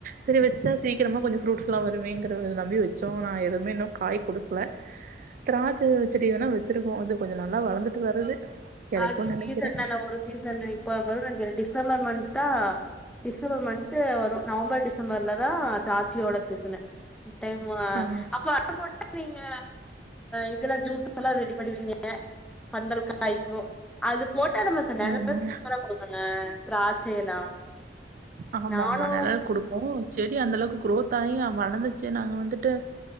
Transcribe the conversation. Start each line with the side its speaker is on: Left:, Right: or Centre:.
Right: சரி வச்சா சீக்கிரமா கொஞ்சோ ஃப்ரூட்ஸ்லா வருவேங்கிற நம்பி வச்சோ. ஆனா எதுமே இன்னும் காய் குடுக்ல. திராட்ச செடி வேணா வச்சிருக்கோ அது கொஞ்சோ நல்லா வளந்துட்டு வருது. கெடைக்குன்
Centre: அது
Right: நெனைக்கிறே
Centre: சீசன் தான, ஒரு சீசன் இப்ப வரும்கிற டிசம்பர் மந்த்தா. டிசம்பர் மந்த்து வரு நவம்பர், டிசம்பர்ல தா திராட்சையோட சீசனு. திஸ் டைமு
Right: ஆ
Centre: அப்பா போட்டு நீங்க இதுல ஜூஸ் எல்லா ரெடி பண்ணுவீங்க பந்தல் காய் அது போட்டா நமக்கு நெறய
Right: ஆமா
Centre: சூப்பரா குடுக்குங்க திராட்சை எல்லா
Right: ஆமாமா
Centre: நானு
Right: நிழல் குடுக்கும். செடி அந்த அளவுக்கு குரோத் ஆகி வளந்துச்சு நாங்க வந்துட்டு,